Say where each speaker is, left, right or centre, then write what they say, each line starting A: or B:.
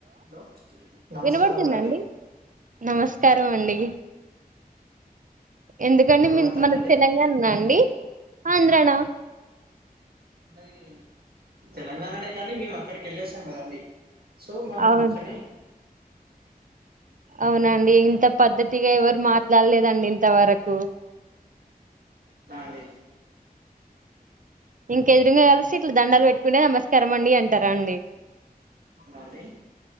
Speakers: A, on the right; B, on the right.
A: హలో నమస్కారములండి
B: వినబడుతుందండి నమస్కారం అండి ఎందుకండి
A: వినబడుతాందండి
B: మన తెలంగాణనా అండి ఆంధ్రానా
A: ఉన్నది తెలంగాణనే కానీ మేము అక్కడికి వెళ్లొస్తాం కదండి. సో మగునచ్చనే
B: అవును అవునండి ఇంత పద్దతిగా ఎవరు మాట్లాడలేదండి ఇంతవరకు
A: అ అండి
B: ఇంకెదురుంగా కలిసి ఇట్లా దండాలు పెట్టుకుంటే నమస్కారం అండి అంటారా అండి
A: అవునండి